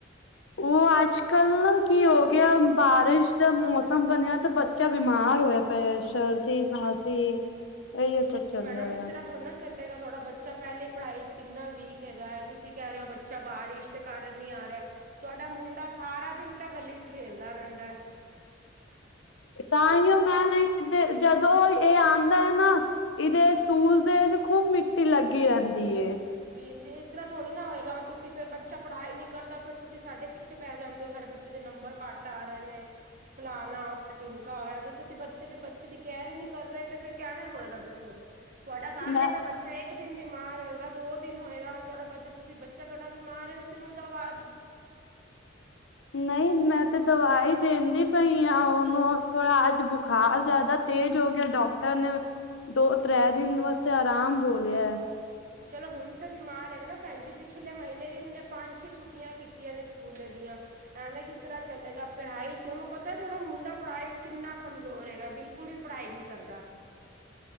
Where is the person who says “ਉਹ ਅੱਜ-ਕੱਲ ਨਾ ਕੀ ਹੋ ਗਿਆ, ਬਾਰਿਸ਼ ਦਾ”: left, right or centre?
Left